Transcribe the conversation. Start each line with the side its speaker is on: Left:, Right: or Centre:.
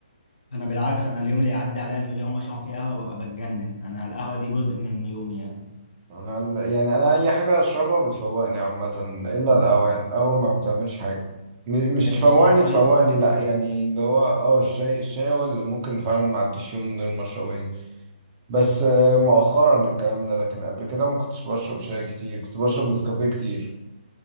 Left: أنا بالعكس أنا اليوم اللي يعدي عليا من غير ما أشرب فيه قهوة ببقى بتجنن أنا القهوة دي جزء من يومي يعني
Right: انا ال- يعني انا اي حاجه اشربها بتفوقني عامه الا القهوه يعني القهوه ما بتعملش حاجه م... مش
Left: تحب
Right: تفوقني
Left: الشاي طيب؟
Right: تفوقني لا يعني اللي هو اه الشاي الشاي هو اللي ممكن فعلا ما عديش يوم من غير ما اشربه يعني. بس آه، مؤخرا الكلام ده لكن قبل كده ما كنتش بشرب شاي كتير كنت بشرب نسكافيه كتير